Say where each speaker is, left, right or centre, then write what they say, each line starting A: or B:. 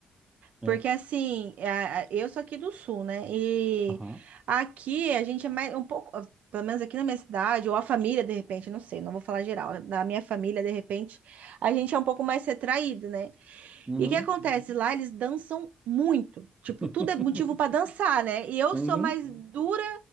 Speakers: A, on the right (about 25°); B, on the right (about 80°).
A: né?
B: Porque assim, a- a- eu sou aqui do sul, né? E
A: Aham.
B: aqui a gente é mais um pouco, ah, pelo menos aqui na minha cidade, ou a família, de repente, não sei, não vou falar geral, da minha família, de repente, a gente é um pouco mais retraído, né?
A: Uhum.
B: E o que acontece? Lá eles dançam muito. Tipo,
A: <laughs>
B: tudo é motivo pra dançar, né? E eu
A: Uhum.
B: sou mais dura